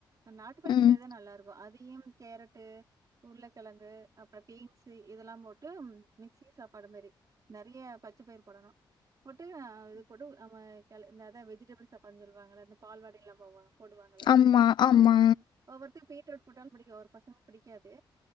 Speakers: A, on the right; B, on the left.
A: நாட்டு பச்ச
B: ம்
A: பயிர் தா நல்லா ருக்கு அதையும் கேரட்டு உருளக்கிழங்கு அப்றொ பீன்ஸூஇதெல்லா போட்டு மிக் சீ சாப்பாடு மாரி நெறைய பச்ச பயிர் போடணு போட்டு இது கூட நம்ம இந்த வெஜிடபிள் சாப்பாடுனு சொல்லுவாங்கள இந்த பால்வாடி எல்லா போவாங்க போடுவாங்கள
B: ஆமா ஆமா
A: உம் ஒவ்வொருத்தக்கு பீட்ரூட் போட்டாலு புடிக்கு ஒரு பசங்க புடிக்காது